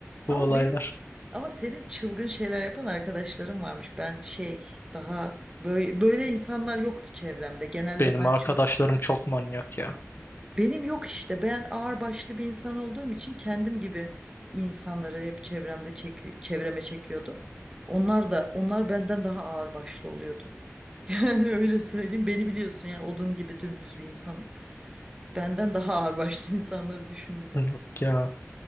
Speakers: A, on the left; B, on the right.
A: Bu
B: ama
A: olaylar.
B: benim ama senin çılgın şeyler yapan arkadaşlarım varmış. Ben şey daha böyle böyle insanlar yoktu çevremde. Genelde
A: Benim
B: ben
A: arkadaşlarım
B: çok
A: çok manyak ya.
B: Benim yok işte. Ben ağırbaşlı bir insan olduğum için kendim gibi insanları hep çevremde çeki çevreme çekiyordum. Onlar da onlar benden daha ağırbaşlı oluyordu. <laughs> Yani öyle söyleyeyim. Beni biliyorsun yani odun gibi dümdüz bir insanım. Benden daha ağırbaşlı <laughs> insanları düşün bir de.
A: Yok ya.